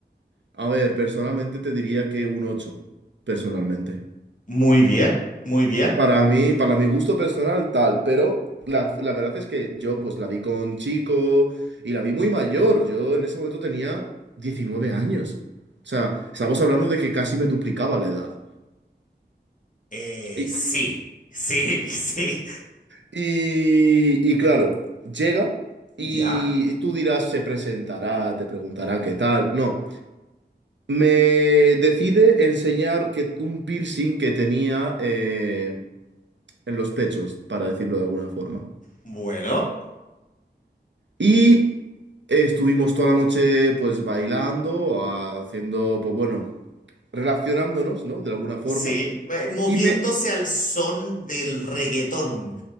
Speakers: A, on the right; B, on the left.
A: A ver, personalmente te diría que un 8, personalmente.
B: Muy bien, muy bien.
A: Para mí, para mi gusto personal, tal, pero la, la verdad es que yo pues la vi con chico y la vi muy mayor. Yo en ese momento tenía 19 años. O sea, estamos hablando de que casi me duplicaba la edad.
B: Eh,
A: Y,
B: sí, sí, <laughs> sí.
A: y, y claro, llega y,
B: Ya,
A: y tú dirás, se presentará, te preguntará qué tal. No. Me decide enseñar que un piercing que tenía eh, en los pechos, para decirlo de alguna forma.
B: bueno,
A: Y estuvimos toda la noche pues bailando, haciendo, pues bueno, relacionándonos, ¿no? De alguna forma.
B: sí, eh, moviéndose
A: Y me,
B: al son del reggaetón,